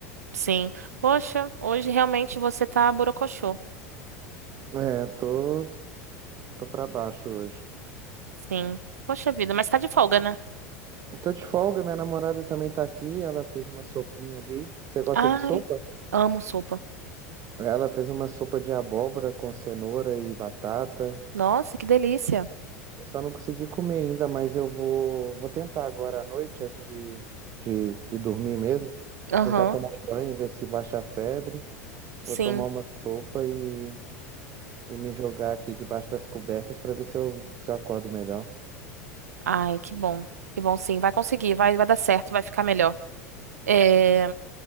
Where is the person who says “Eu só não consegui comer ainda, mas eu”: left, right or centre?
Right